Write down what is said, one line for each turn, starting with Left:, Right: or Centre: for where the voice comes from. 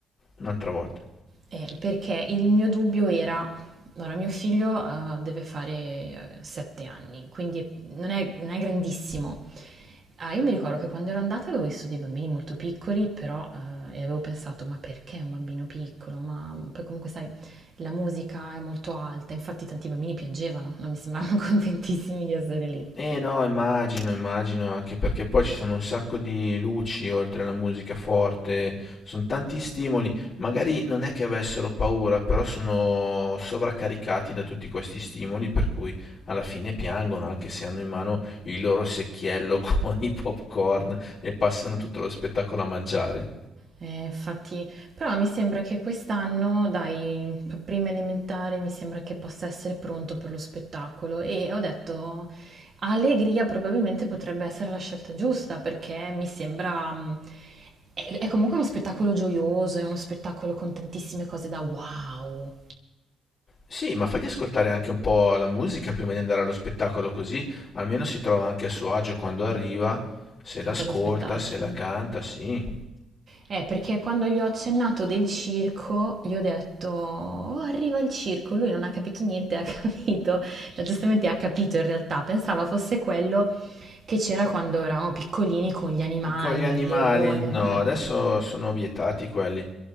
Left: un'altra volta.
Right: Eh, perché il mio dubbio era, allora mio figlio eh, deve fare eh, sette anni, quindi è- non è, non è grandissimo. Ah, io mi ricordo che quando ero andata avevo visto dei bambini molto piccoli, però eh, e avevo pensato, ma perché un bambino piccolo? Ma poi comunque sai, la musica è molto alta, infatti tanti bambini piangevano, non mi sembravano <laughs> contentissimi di essere lì.
Left: Eh no, immagino, immagino, anche perché poi ci sono un sacco di luci oltre alla musica forte, sono tanti stimoli, magari non è che avessero paura, però sono sovraccaricati da tutti questi stimoli, per cui alla fine piangono, anche se hanno in mano il loro secchiello <laughs> con i popcorn e passano tutto lo spettacolo a mangiare.
Right: Eh, infatti, però mi sembra che quest'anno, dai, p- prima elementare, mi sembra che possa essere pronto per lo spettacolo e ho detto, Allegria probabilmente potrebbe essere la scelta giusta perché mi sembra, mh, è, è comunque uno spettacolo gioioso, è uno spettacolo con tantissime cose da wow,
Left: Sì, ma fagli ascoltare anche un po' la musica prima di andare allo spettacolo, così almeno si trova anche a suo agio quando arriva, se l'ascolta,
Right: sa cosa aspettarsi.
Left: se la canta, sì.
Right: Eh, perché quando gli ho accennato del circo, gli ho detto, oh, arriva il circo, lui non ha capito niente, <laughs> ha capito, No, giustamente ha capito in realtà, pensava fosse quello che c'era quando eravamo piccolini con gli animali,
Left: Con gli animali?
Right: il leone.
Left: No,
Right: mm.
Left: adesso sono vietati quelli.